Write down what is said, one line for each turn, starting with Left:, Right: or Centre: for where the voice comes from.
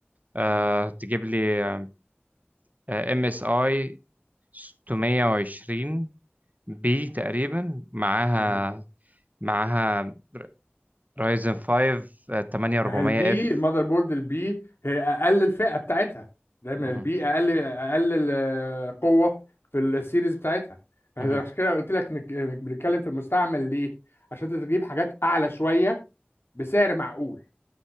Right: آه
Left: مم.
Right: تجيب لي آه MSI 620 بي تقريبا معاها
Left: مم.
Right: معاها رايزن 5 آه، 8400
Left: ما هي البي
Right: اف
Left: المذر بورد البي هي اقل الفئه بتاعتها دايما
Right: مهم.
Left: البي اقل اقل ال- آه، قوه في السيريز بتاعتها فده
Right: مهم.
Left: عشان كده قلت لك انك إنك بنتكلم في المستعمل ليه عشان تجيب حاجات اعلى شويه بسعر معقول